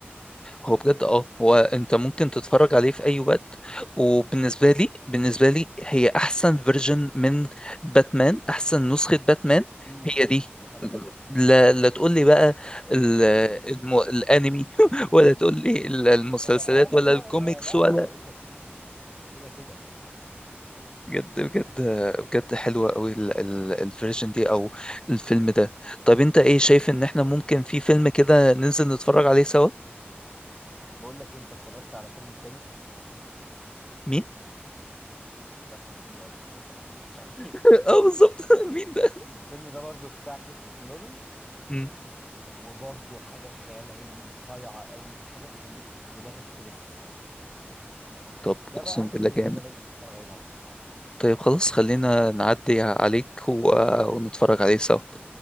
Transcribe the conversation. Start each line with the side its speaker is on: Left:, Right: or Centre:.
Left: هو بجد اه هو انت ممكن تتفرج عليه في اي وقت وبالنسبه لي بالنسبه لي هي احسن فيرجن من باتمان احسن نسخه باتمان
Centre: امم
Left: هي دي
Centre: دي حقيقة
Left: لا لا تقول لي بقى ال- الم... الانمي <laughs> ولا تقول لي ال- المسلسلات
Centre: ولا ايوه
Left: ولا الكوميكس
Centre: ما لا
Left: ولا
Centre: لا بقول لك ايه كده كده
Left: بجد بجد بجد حلوة قوي ال- ال- الفيرجن دي او الفيلم ده طب انت ايه شايف ان احنا ممكن في فيلم كده ننزل نتفرج عليه سوا
Centre: بقول لك إيه، انت اتفرجت على فيلم تينت
Left: مين
Centre: بس حلو قوي انت ما اتفرجتش عليه
Left: <laughs>
Centre: <laughs>
Left: اه بالظبط <laughs> مين ده
Centre: الفيلم ده برضو بتاع كريستوفر نولان
Left: مم.
Centre: وبرضه حاجة خيال علمي صايعة قوي حاجة تخليك دماغك تلف
Left: طب
Centre: ده
Left: اقسم
Centre: بقى
Left: بالله
Centre: كده
Left: جامد
Centre: كده لازم نتفرج عليه مع بعض
Left: طيب خلاص خلينا نعدي عليك و... ونتفرج عليه سوا